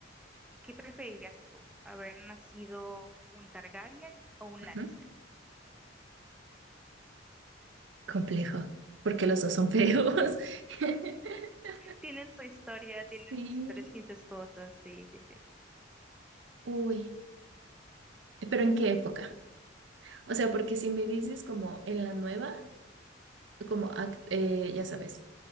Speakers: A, in the centre; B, on the right (about 70°).
A: ¿qué preferirías tú? ¿Haber nacido un Targaryen o un
B: Ujú.
A: Lannister?
B: Complejo, porque los dos son feos. <laughs>
A: Tienen su historia, tienen
B: Sí,
A: sus historias incestuosas, sí, sí, sí.
B: uy, pero ¿en qué época? O sea, porque si me dices como en la nueva. como, act- eh, ya sabes,